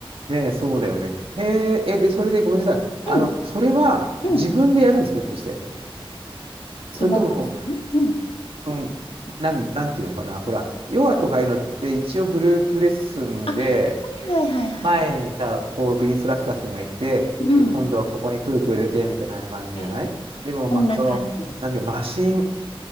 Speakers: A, on the right (about 70°); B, on the left (about 80°).
A: ねえ、そうだよね。へえ、え、で、それでごめんなさい。あの、
B: うん、
A: それは自分でやるんですけど、
B: うん、
A: ひょっとして。それとも、
B: 動かすのうん。
A: うん、なん、なんていうのかな。ほら、ヨガとかああいうのって一応グループレッスンで、
B: あ、はいはいはいはい。
A: 前にさ、こう、インストラクターさんがいて、
B: うん。
A: え今度はここに空気を入れて、みたいな感じじゃないでも、
B: なるほど
A: ま、
B: こんな感じです。
A: その、なんていうか、マシン、